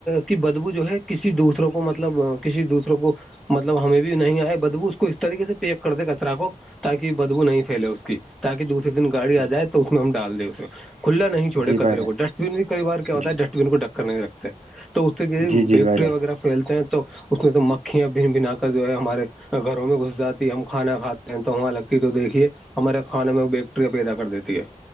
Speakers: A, in the centre; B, on the right.
A: کی بدبو جو ہے کسی دوسروں کو مطلب کسی دوسروں کو مطلب ہمیں بھی نہیں آئے بدبو اس کو اس طریقے سے پیک کر دے کچرا کو تاکی بدبو نہیں پھیلے اس کی تاکی دوسری دن گاڑی آ
B: جی
A: جائے تو اس میں ہم ڈال دیں اسے کھلا نہیں چھڑے
B: جی
A: کچرے
B: بھائی جان
A: کو ڈسٹ بن بھی کئی بار کیا ہوتا
B: جی
A: ہے ڈسٹ بن کو ڈھک کر نہیں رکھتے تو اس سے کہ
B: جی
A: بیکٹرییا
B: جی بھائی جان
A: وغیرہ پھیلتے ہیں تو اس میں تو مکھیاں بھن بھنا کر جو ہے ہمارے گھروں میں گھس جاتی ہے ہم کھانا کھاتے ہیں تو وہاں لگتی ہے تو دیکھیے ہمارے کھانے میں وہ بیکٹریاں پیدا کر دیتی ہے